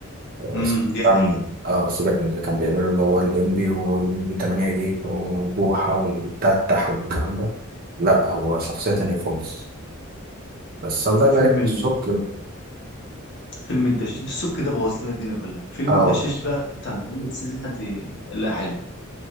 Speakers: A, on the right; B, on the left.
A: آه
B: امم
A: سيبك
B: دي حقيقه
A: من- آه، سيبك من اللي كان بيعمله اللي هو الليمبي والليمبي 8 جيجا وبوحة وتتح والكلام ده لا هو شخصية تانية خالص بس الله يبارك
B: فيلم
A: في السكر
B: فيلم الدشاش السوق كده بوظ لنا الدنيا كلها فيلم
A: اه
B: الدشاش بقى بتاع محمد سعد لا حلو